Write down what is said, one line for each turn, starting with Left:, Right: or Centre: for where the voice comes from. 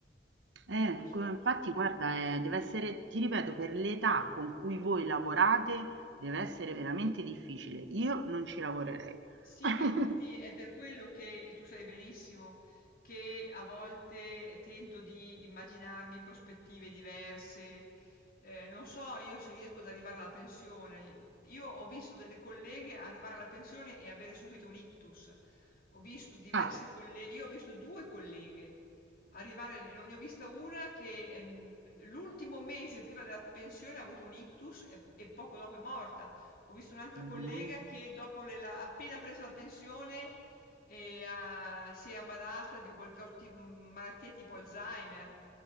Left: Mm.
Right: Eh,
Left: E-
Right: co- infatti guarda, eh, deve essere, ti ripeto, per l'età con cui voi lavorate deve essere veramente difficile. Io non ci lavorerei. <coughs>
Left: Sì,
Right: <laughs>
Left: ma infatti è per quello che tu sai benissimo che a volte tento di immaginarmi prospettive diverse. Eh, non so io se riesco ad arrivare alla pensione. Io ho visto delle colleghe arrivare alla pensione e avere subito un ictus. Ho visto diverse
Right: Ah,
Left: colleghe, io ho visto due colleghe arrivare, ne ne ho vista una che ehm, l'ultimo mese prima della pensione ha avuto un ictus e e poco dopo è morta. Ho visto un'altra
Right: mm.
Left: collega che dopo le la appena preso la pensione e ha- si è ammalata di qualche ot- malattia tipo Alzheimer.